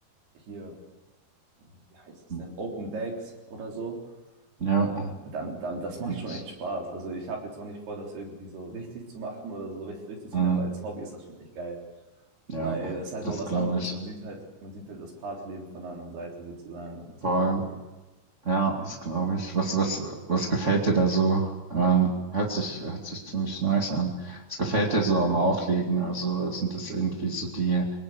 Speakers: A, on the right (about 65°); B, on the right (about 25°).
A: hier, wie heißt es
B: hm.
A: denn, Open Decks oder so,
B: Ja,
A: äh, dann, dann, das macht
B: kenn
A: schon
B: ich.
A: echt Spaß. Also ich habe jetzt auch nicht vor, das irgendwie so richtig zu machen oder so richtig durchzuziehen,
B: Ähm,
A: aber als Hobby ist das schon echt geil,
B: ja,
A: weil es ist halt
B: das
A: mal was
B: glaube
A: anderes.
B: ich.
A: Man sieht halt, man sieht halt das Partyleben von der anderen Seite sozusagen und das
B: Voll.
A: ist echt cool.
B: Ja, das glaube ich. Was, was, was gefällt dir da so? Ähm, hört sich, hört sich ziemlich nice an. Was gefällt dir so am Auflegen? Also sind das irgendwie so die,